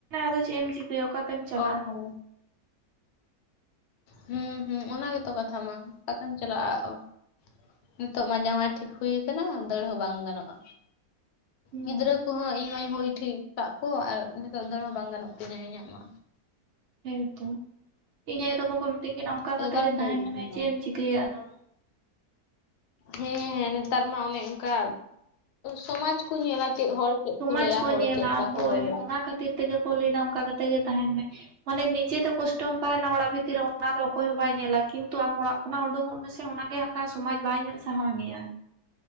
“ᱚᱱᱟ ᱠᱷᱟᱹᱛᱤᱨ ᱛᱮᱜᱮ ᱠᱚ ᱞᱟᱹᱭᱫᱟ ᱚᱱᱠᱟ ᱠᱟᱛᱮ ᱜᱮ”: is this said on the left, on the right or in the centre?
Right